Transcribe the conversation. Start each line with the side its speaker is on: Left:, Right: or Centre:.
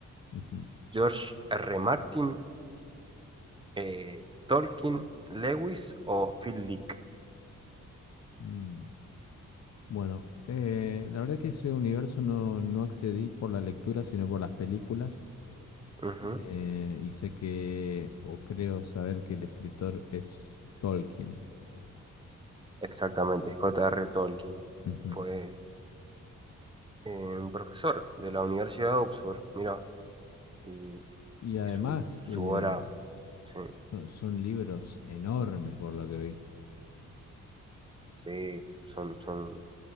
Left: ujú.
Right: ¿George R. Martin, eh, Tolkien, Lewis o Phil Dick?
Left: Mm. Bueno, eh, la verdad que ese universo no, no accedí por la lectura, sino por las películas.
Right: Ujú,
Left: Eh, y sé que, o creo saber que el escritor es Tolkien.
Right: Exactamente, J R. Tolkien.
Left: Ujú.
Right: Fue eh, un profesor de la Universidad de Oxford, mira, y,
Left: Y además,
Right: y su, su
Left: eh,
Right: obra, sí.
Left: son, son libros enormes por lo que vi.
Right: Sí, son, son,